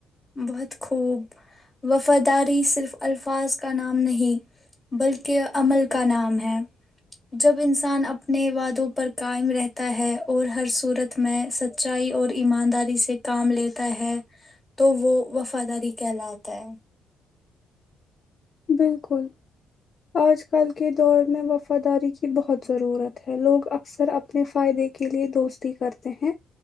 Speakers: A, on the left; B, on the left.
A: بہت خوب وفاداری صرف الفاظ کا نام نہیں بلکہ عمل کا نام ہے جب انسان اپنے وادوں پر قائم رہتا ہے اور ہر صورت میں سچائی اور ایمانداری سے کام لیتا ہے تو وہ وفاداری کہلاتا ہے
B: بالکل آج کل کے دور میں وفاداری کی بہت ضرورت ہے لوگ اکثر اپنے فائدے کے لیے دوستی کرتے ہیں